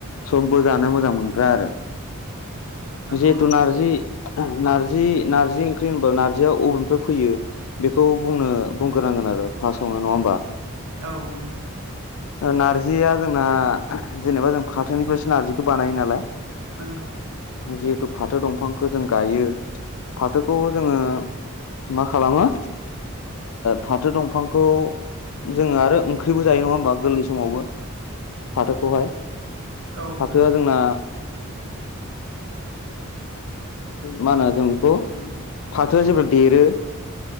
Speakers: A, on the left; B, on the right.
A: समबो जानो मोजां मोनग्रा आरो
B: नंगौ
A: जिहेथु
B: नंगौ
A: नारजि नारजि नारजि ओंख्रि होनबा नार्जिया अबेनिफ्राय फैयो बेखौ बुंनो बुंग्रोनांगोन आरो फार्टआवनो नङा होमबा
B: औ नंगौ
A: नार्जिया जोंना जेनेबा जों फाथोनिफ्रायसो नारजिखौ बानायो नालाय
B: नंगौ
A: जिहेथु फाथो दंफांखौ जों गायो फाथोखौ जोङो मा खालामो फाथो दंफांखौ जोङो आरो ओंख्रिबो जायो नङा होमबा गोरलनि समावबो फाथोखौहाय
B: औ
A: फाथोआ
B: नंगौ
A: जोंना <inaudible> मा होनो जों बेखौ फाथोआ जे देरो